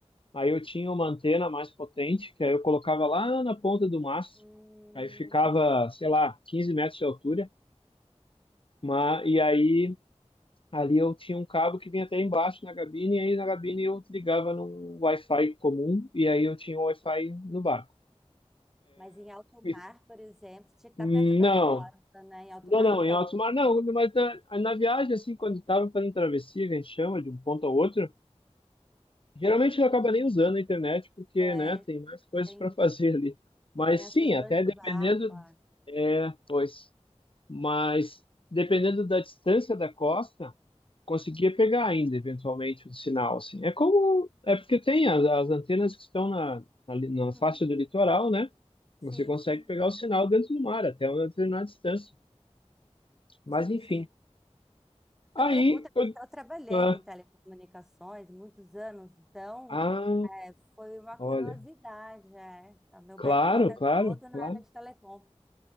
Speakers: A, on the left (about 50°); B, in the centre.
A: Aí eu tinha uma antena mais potente, que aí eu colocava lá na ponta do mastro.
B: Uhum.
A: Aí ficava, sei lá, 15 metros de altura. Mas, e aí ali eu tinha um cabo que vinha até embaixo na cabine, e aí na cabine eu ligava num Wi-Fi comum, e aí eu tinha um Wi-Fi no bar.
B: Mas em alto mar,
A: E-
B: por exemplo, tinha que estar
A: Não,
B: perto da costa, né? Em alto
A: não,
B: mar
A: não,
B: não deve.
A: em alto mar não, mas na, na viagem, assim, quando estava fazendo travessia, que a gente chama de um ponto ao outro, geralmente não acaba nem usando a internet, porque,
B: Ah, é,
A: né, tem mais coisas
B: tem,
A: para fazer ali. Mas
B: tem as
A: sim,
B: questões
A: até
B: do
A: dependendo,
B: barco. ah.
A: é, pois, mas dependendo da distância da costa, conseguia pegar ainda, eventualmente, o sinal, assim. É como, é porque tem as, as antenas que estão na, na, li- na
B: Uhum.
A: faixa do litoral, né,
B: Sim,
A: você consegue
B: sim,
A: pegar o sinal dentro do mar, até uma determinada distância. Mas
B: sim,
A: enfim.
B: sim.
A: Aí
B: Eu pergunto, porque
A: eu.
B: eu trabalhei
A: Ah,
B: com telecomunicações muitos anos, então
A: ah,
B: é, foi uma curiosidade.
A: olha.
B: É. O Meu
A: Claro,
B: background é
A: claro,
B: todo na
A: claro.
B: área de telecom,